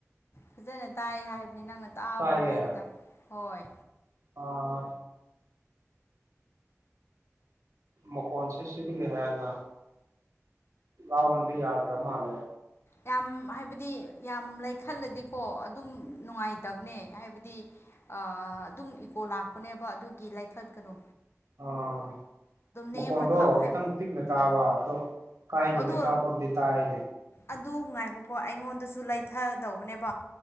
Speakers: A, on the left; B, on the right.
A: ꯐꯖꯅ ꯇꯥꯏ ꯍꯥꯏꯕꯅꯤ ꯅꯪꯅ ꯇꯥꯕ꯭ꯔꯣ
B: ꯇꯥꯏꯌꯦ
A: ꯍꯥꯏꯗꯨꯗ ꯍꯣꯏ
B: ꯑꯥ ꯃꯈꯣꯟꯁꯦ ꯁꯤꯗꯒꯤ ꯍꯦꯟꯅ ꯂꯥꯎꯍꯟꯕ ꯌꯥꯗ꯭ꯔꯥ ꯃꯥꯜꯂꯦ
A: ꯌꯥꯝ ꯍꯥꯏꯕꯗꯤ ꯌꯥꯝ ꯂꯩꯈꯠꯂꯗꯤꯀꯣ ꯑꯗꯨꯝ ꯅꯨꯡꯉꯥꯏꯇꯕꯅꯦ ꯍꯥꯏꯕꯗꯤ ꯑꯥ ꯑꯗꯨꯝ ꯏꯀꯣ ꯂꯥꯛꯄꯅꯦꯕ ꯑꯗꯨꯒꯤ ꯂꯩꯈꯠ ꯀꯅꯣ
B: ꯑꯥ ꯃꯈ‌ꯣꯟꯗꯣ
A: ꯅꯦꯝꯃ ꯊꯥꯕ
B: ꯈꯤꯇꯪ
A: ꯍꯥꯏꯕ
B: ꯄꯤꯛꯅ ꯇꯥꯕ ꯑꯗꯣ ꯀꯥꯏꯗ‌ꯦꯅ‌ꯦ‌
A: ꯑꯗꯣ
B: ꯇꯥꯕꯕꯨꯗꯤ ꯇꯥꯏꯅꯦ
A: ꯑꯗꯨ ꯉꯥꯏꯈꯣꯀꯣ ꯑꯩꯉꯣꯟꯗꯁꯨ ꯂꯩꯊꯗꯧꯕꯅꯦꯕ